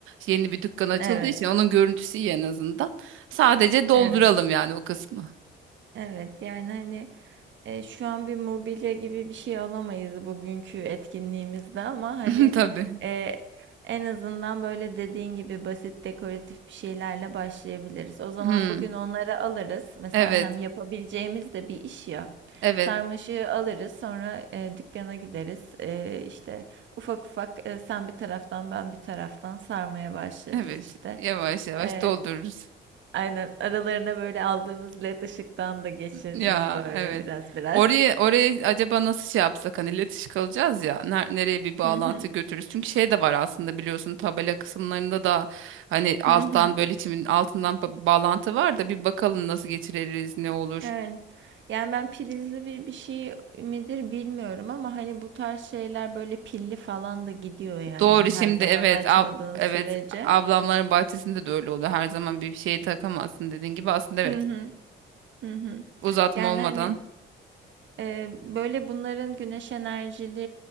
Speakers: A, on the right (about 80°); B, on the right (about 70°).
A: yeni bir dükkan açıldığı
B: evet.
A: için onun görüntüsü iyi en azından. Sadece dolduralım
B: Evet,
A: yani o kısmı.
B: evet. Yani hani e, şu an bir mobilya gibi bir şey alamayız bugünkü etkinliğimizde ama hani
A: <laughs> Tabii.
B: e, en azından böyle dediğin gibi basit dekoratif bir şeylerle başlayabiliriz. O zaman
A: Hmm,
B: bugün onları alırız. Mesela
A: evet.
B: hem yapabileceğimiz de bir iş ya.
A: Evet.
B: Sarmaşığı alırız, sonra e, dükkana gideriz. E, işte ufak ufak e, sen bir taraftan ben bir taraftan sarmaya başlarız
A: Evet.
B: işte.
A: Yavaş yavaş
B: E,
A: doldururuz.
B: Aynen aralarına böyle aldığımız led ışıktan da geçiririz
A: Ya
B: böyle
A: evet.
B: biraz biraz.
A: Oraya oraya acaba nasıl şey yapsak hani iletişim kalacağız ya ner- nereye bir bağlantı
B: Hı hı.
A: götürürüz? Çünkü şey de var aslında biliyorsun tabela kısımlarında da hani alttan
B: Hı hı.
A: böyle çimin altından ba- bağlantı var da bir bakalım nasıl geçiririz ne olur.
B: Evet. Yani ben prizli bir, bir şey midir bilmiyorum ama hani bu tarz şeyler böyle pilli falan da gidiyor yani
A: Doğru
B: her
A: şimdi
B: zaman
A: evet
B: açmadığın
A: ab- evet
B: sürece.
A: ablamların bahçesinde de öyle oluyor. Her zaman bir şey takamazsın dediğin gibi aslında evet.
B: Hı hı. Hı hı.
A: Uzatma
B: Yani
A: olmadan.
B: hani Ee, böyle bunların güneş enerjili